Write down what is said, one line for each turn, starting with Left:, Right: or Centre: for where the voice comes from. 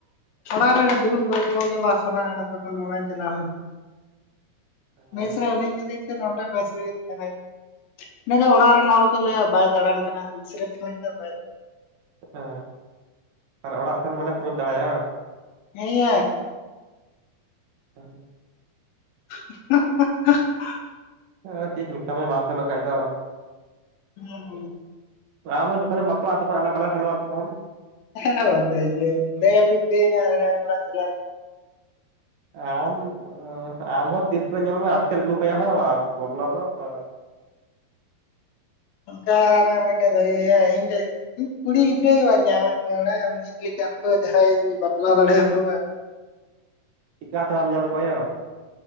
Left: ᱚᱲᱟᱜᱨᱮ ᱫᱩᱲᱵ ᱵᱟᱝ ᱯᱷᱳᱱ ᱜᱮᱵᱟᱝ ᱥᱟᱱᱟ ᱦᱟ <inaudible> <inaudible>
Right: ᱦᱮᱸ
Left: ᱢᱮᱥ
Right: ᱦᱮᱸ
Left: ᱨᱮ ᱦᱟᱹᱱᱟᱹᱧ ᱠᱷᱟᱹᱛᱤᱨ ᱛᱮ ᱱᱚᱰᱮ ᱢᱮᱥ ᱨᱮᱜᱤᱧ ᱛᱟᱦᱮᱱᱟ ᱢᱮᱱᱱᱟᱠᱷᱷᱟᱟᱱ ᱚᱲᱟᱜ ᱨᱮᱱ ᱦᱚᱲ ᱠᱚ ᱞᱟᱹᱭᱟ ᱵᱟᱭ ᱫᱟᱟᱲᱟᱱ ᱠᱟᱱᱟ <inaudible> ᱫᱟ
Right: ᱦᱮᱸ ᱟᱨ ᱚᱲᱟᱜ ᱥᱮᱱ ᱢᱟᱱᱮ ᱯᱩᱨᱟᱹᱢ ᱫᱟᱲᱟᱭᱟ
Left: ᱦᱮ
Right: ᱦᱮᱸ <unintelligible>
Left: <inaudible>
Right: ᱦᱮᱸ ᱪᱮᱜ ᱢᱮᱛᱟ ᱢᱮ ᱵᱟᱢ ᱥᱮᱱᱚᱜ ᱠᱷᱟᱡ ᱫᱚ
Left: <unintelligible>
Right: ᱟᱢ ᱦᱚᱸ ᱡᱚᱠᱷᱚᱱᱮᱢ ᱵᱟᱯᱞᱟᱜᱼᱟ ᱛᱚᱠᱷᱚᱱ ᱟᱞᱮ ᱵᱟᱞᱮ ᱥᱮᱱᱚᱜ-ᱟ ᱛᱚᱠᱷᱚᱱ
Left: ᱦᱮᱞᱳ ᱜᱚᱢᱠᱮ ᱤᱭᱟᱹ <unintelligible> ᱟᱞᱟᱝ ᱜᱮ ᱞᱟᱝ ᱪᱟᱞᱟᱜ-ᱟ
Right: ᱟᱢ ᱟᱢ ᱦᱚᱸ ᱛᱤᱥ ᱠᱚᱨᱮ ᱧᱮᱞ ᱢᱮ ᱟᱹᱛᱠᱤᱨ ᱟᱹᱜᱩ ᱠᱟᱭᱟᱢ ᱦᱟᱜ ᱵᱟᱥ ᱵᱟᱯᱞᱟ ᱫᱚ ᱵᱟᱝ
Left: ᱚᱱᱠᱟ ᱢᱮ ᱢᱤᱫ ᱴᱮᱱ ᱵᱷᱟᱜᱮ ᱜᱮᱭᱟ ᱤᱧ ᱫᱚ ᱤᱧ ᱠᱩᱲᱤ ᱜᱤᱫᱽᱨᱟᱹ ᱜᱮ ᱵᱟᱹᱧ ᱧᱟᱢᱮᱫ ᱠᱚᱣᱟ ᱵᱟᱰᱟᱭᱟᱢ <unintelligible> ᱡᱟᱦᱟᱸᱭ ᱤᱧ ᱵᱟᱯᱞᱟ ᱫᱟᱲᱮ ᱟᱠᱚᱣᱟ
Right: ᱪᱮᱠᱟᱛᱮ ᱵᱟᱢ ᱧᱟᱢ ᱮᱫ ᱠᱚᱣᱟ ᱭᱟ